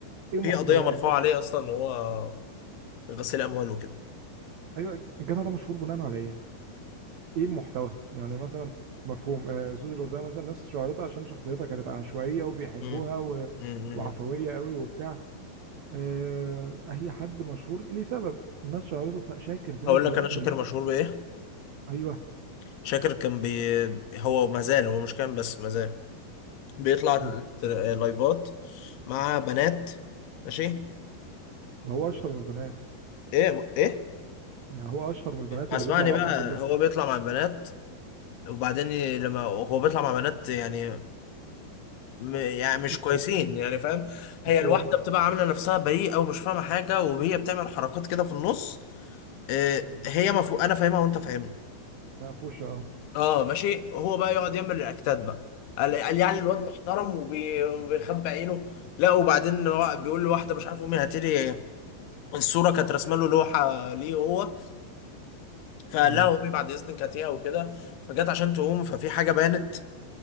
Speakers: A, on the right; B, on the left.
A: محتواه
B: في قضية مرفوعة
A: الج...
B: عليه أصلا وهو غسيل أموال وكده
A: ايوه الجدع ده مشهور بناء على ايه ايه المحتوى يعني مثلا مفهوم آه زوز الاردن مثلا ناس شهرتها عشان شخصيتها كانت عشوائيه وبيحبوها
B: مم.
A: و...
B: مم، مم،
A: وعفويه
B: مم.
A: قوي وبتاع آه هي حد مشهور ليه سبب الناس شهرته بس- شاكر ده
B: هقول
A: بيعمل
B: لك أنا شاكر
A: إيه؟
B: مشهور بإيه؟
A: ايوه
B: شاكر كان بي هو ما زال هو مش كان بس ما زال بيطلع
A: مم.
B: تر- لايفات مع بنات ماشي
A: ده هو اشهر من البنات
B: ايه ايه
A: يعني هو اشهر من البنات
B: اسمعني
A: اللي بيطلع معاهم
B: بقى
A: كلهم
B: هو بيطلع مع بنات وبعدين ي- لما هو بيطلع مع بنات يعني م... يعني
A: مفهوم
B: مش كويسين يعني فاهم هي
A: مفهوم
B: الواحده بتبقى عامله نفسها بريئه ومش فاهمه حاجه وهي بتعمل حركات كده في النص إيه
A: مم.
B: هي مفهوم انا فاهمها وانت فاهمها
A: مقفوشه اه
B: اه ماشي هو بقى يقعد يعمل رياكتات بقى قال قال يعني الواد محترم وبي- وبيخبي عينه لا وبعدين هو بيقول لواحده مش عارف امي هاتي لي الصوره كانت رسمه له لوحه ليه هو فقال
A: اه
B: لها امي بعد اذنك هاتيها وكده فجت عشان تقوم ففي حاجه بانت